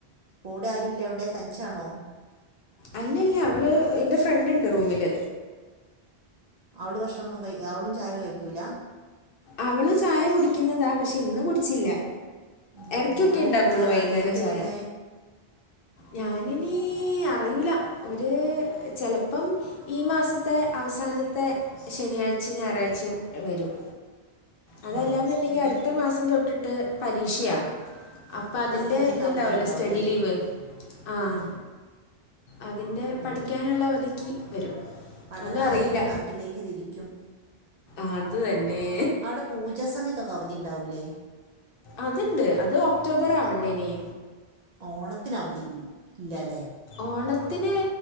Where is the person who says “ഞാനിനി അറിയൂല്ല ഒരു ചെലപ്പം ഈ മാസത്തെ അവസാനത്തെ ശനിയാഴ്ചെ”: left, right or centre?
Left